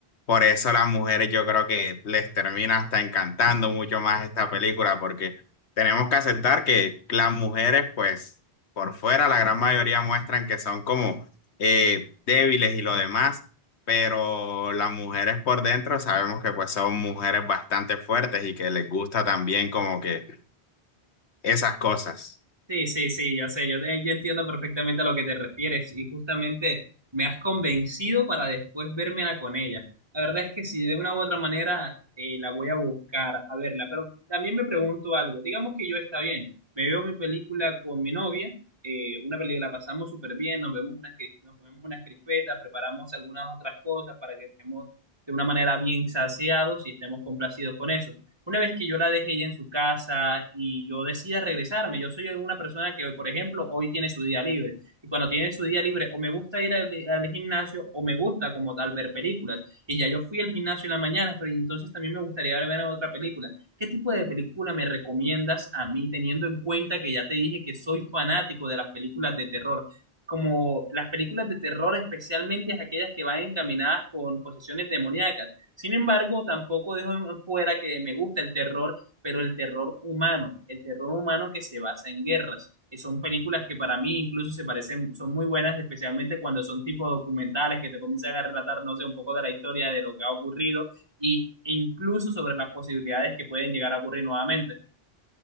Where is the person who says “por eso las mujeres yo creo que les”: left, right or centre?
Left